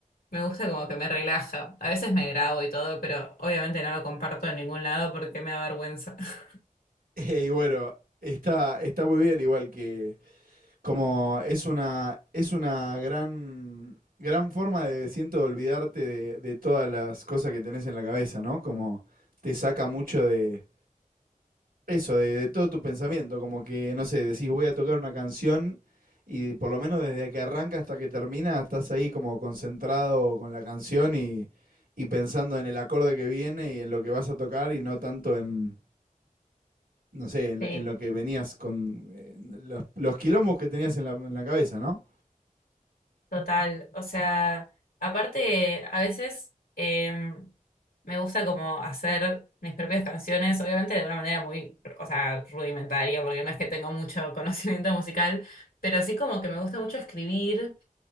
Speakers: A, on the left; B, on the right.
A: me gusta como que me relaja. A veces me grabo y todo, pero obviamente no lo comparto en ningún lado porque me da vergüenza. <laughs>
B: <laughs> Y bueno, está, está muy bien igual que, Como es una, es una gran, gran forma de, siento, olvidarte de, de todas las cosas que tenés en la cabeza, ¿no? Como te saca mucho de eso, de, de todo tu pensamiento, como que, no sé, decís voy a tocar una canción y por lo menos desde que arranca hasta que termina estás ahí como concentrado con la canción y, y pensando en el acorde que viene y en lo que vas a tocar y no tanto en, no sé, en,
A: Sí,
B: la- en lo que venías con eh, los, los quilombos que tenías en la, en la cabeza, ¿no?
A: Total, o sea, aparte a veces em, me gusta como hacer mis propias canciones, obviamente de una manera muy, o sea, rudimentaria, porque no es que tengo mucho <laughs> conocimiento musical, pero sí como que me gusta mucho escribir